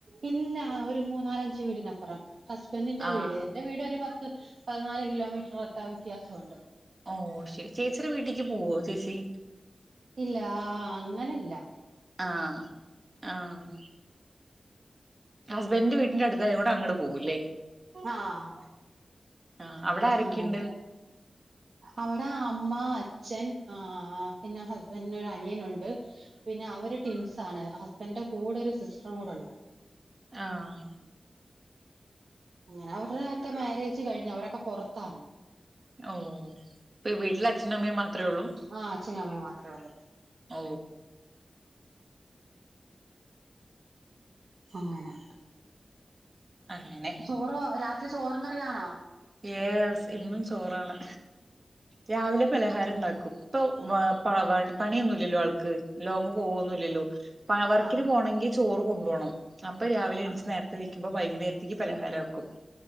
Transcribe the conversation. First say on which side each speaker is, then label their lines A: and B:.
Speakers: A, on the right; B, on the right.
A: ഇല്ല ഒരു മൂന്നാലഞ്ചു വീടിനപ്പുറം ഹസ്ബൻഡിന്റെ
B: ആഹ്
A: വീട് എന്റെ വീട് ഒരു പത്ത് പതിനാല് കിലോമീറ്ററകത്താ വ്യത്യാസമുണ്ട്
B: ഓ ശരി ചേച്ചിയുടെ വീട്ടേക്ക് പോവോ ചേച്ചി
A: ഇല്ലാ അങ്ങനല്ല
B: ആഹ് ആഹ് ഹസ്ബൻഡിന്റെ വീട്ടിൻ്റെ അടുത്തായോണ്ട് അങ്ങട് പോവൂല്ലേ
A: ആഹ്
B: ആഹ് അവിടെ ആരൊക്കേണ്ട്
A: അങ്ങനെ അവിടെ അമ്മ അച്ഛൻ ആ പിന്നെ ഹസ്ബൻ്റിൻ്റെ ഒരു അനിയനുണ്ട് പിന്നെ അവര് ട്വിൻസ് ആണ് ഹസ്ബൻന്റെ കൂടെ ഒരു സിസ്റ്ററും കൂടൊണ്ട്
B: ആഹ്
A: അങ്ങനെ അവരുടെ ഒക്കെ മാരേജ് കഴിഞ്ഞ് അവരൊക്കെ പൊറത്താണ്
B: ഓ ഇപ്പ വീട്ടിൽ അച്ഛനുവമ്മേം മാത്രേ ഉള്ളൂ
A: ആഹ് അച്ഛനുമമ്മേം മാത്രേ ഉള്ളൂ
B: ഓ
A: അങ്ങനെ
B: അങ്ങനെ
A: ചോറോ രാത്രി ചോറും കറീവാണോ
B: യേസ് ഇന്നും ചോറാണ് രാവിലെ പലഹാരം ണ്ടാക്കും ഇപ്പൊ വ പ പണിയൊന്നൂല്ലല്ലോ ആൾക്ക് ലോങ്ങ് പോവൊന്നില്ലല്ലോ വർക്കിന്
A: ആഹ്
B: പോണെങ്കി ചോറ് കൊണ്ടു പോണം അപ്പൊ രാവിലെ എണീച്ചു
A: ആഹ്
B: നേരത് വെക്കുമ്പോ വൈകുന്നേരത്തേക്ക് പലഹാരാക്കും